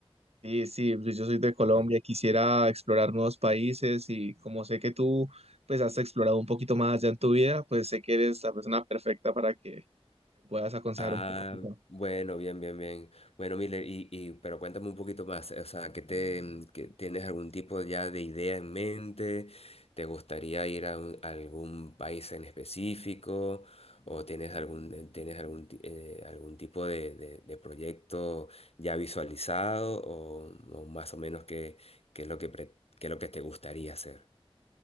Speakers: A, on the right; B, on the left.
A: Sí, sí, pues, yo soy de Colombia,
B: Ok.
A: quisiera explorar nuevos países y como sé que tú pues has explorado un poquito más ya en tu vida, pues sé que eres la persona perfecta para que puedas aconsejar
B: Ah,
A: un poco. ¿no?
B: bueno, bien, bien, bien. Bueno, Miller, y, y pero cuéntame un poquito más, o sea, ¿qué te, mm, qué- tienes algún tipo ya de idea en mente? ¿Te gustaría ir a, un- a algún país en específico? ¿O tienes algún, eh, tienes algún, ti- eh, algún tipo de, de- de proyecto ya visualizado? ¿O, o más o menos qué, qué es lo que, pre- qué es lo que te gustaría hacer?